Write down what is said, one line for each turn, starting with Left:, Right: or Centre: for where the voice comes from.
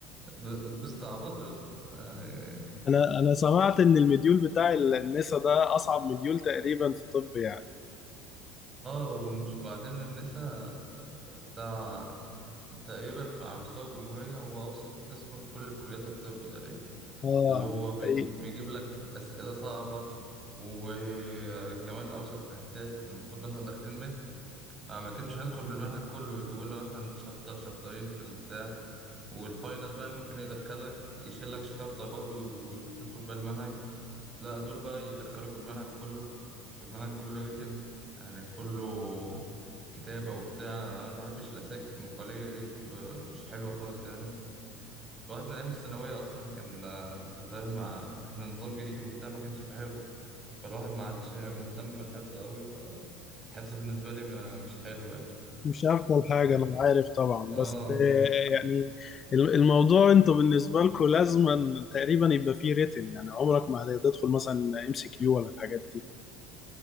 Right: ب- بيستعبطوا يا اسطى يعني
Left: انا انا سمعت ان المديول بتاع النسا ده اصعب مديول تقريبا في طب يعني
Right: اه ومش بعدين النسا بتاع تقريبا في- على مستوى الجمهورية هو أوسخ قسم في كل كليات الطب تقريبا
Left: اه
Right: اللي هو بي-
Left: إيه،
Right: بيجيب لك أسئلة صعبة وكمان أوسخ تحديات احنا المفروض مثلا داخلين مد آه، ما كناش هندخل بالمنهج كله يجيبوا لنا مثلا شابتر شابترين في البتاع والفاينل بقى ممكن يدخلك يشيل لك شابتر برضه وتدخل بالمنهج لا دول بقى يدخلوك الملعب كله والملعب كله ريتن يعني كله كتابة وبتاع أنا مبحبش الأساك المقالية دي ب- مش حلوة خالص يعني الواحد من أيام الثانوية أصلا كان آه، أنت فاهم مع إحنا نظام جديد وبتاع ما كانش في حفظ فالواحد ما عادش مهتم بالحفظ أوي فالحفظ بالنسبة لي ما- مش حلو يعني
Left: مش افضل حاجه
Right: ف-
Left: انا عارف طبعا
Right: آه
Left: بس آه، يعني ال- الموضوع انتوا بالنسبه لكم لازما تقريبا يبقى فيه ريتن يعني عمرك ما هتدخل مثلا ام سي كيو ولا الحاجات دي